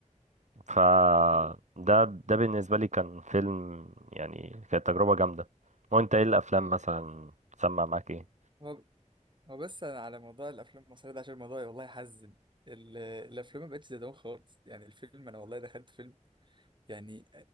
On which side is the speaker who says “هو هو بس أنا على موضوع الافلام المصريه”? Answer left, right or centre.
Right